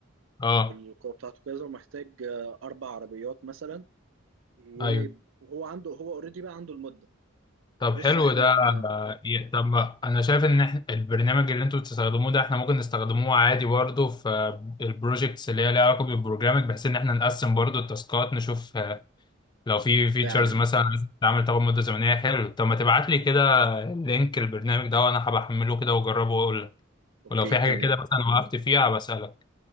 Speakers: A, on the left; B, on the right.
A: اه
B: والقوه بتاعته كذا ومحتاج آه، اربع عربيات مثلا و-
A: ايوه
B: وهو عنده هو اوريدي بقى عنده المده
A: طب
B: بص
A: حلو
B: احنا
A: ده آه، ي- طب ما انا شايف ان إحنا- البرنامج اللي انتوا بتستخدموه ده احنا ممكن نستخدموه عادي برضه في البروجكتس اللي هي ليها علاقه بالبروجرامنج بحيث ان احنا نقسم برضه التاسكات نشوف لو في فيتشرز
B: فعلا
A: مثلا عايز تتعمل طب مدة زمنية حلو طب ما تبعت لي كده لينك البرنامج ده وانا هبحمله كده واجربه واقول لك
B: اوكي
A: ولو في
B: تمام
A: حاجة كده مثلا وقفت فيها بسألك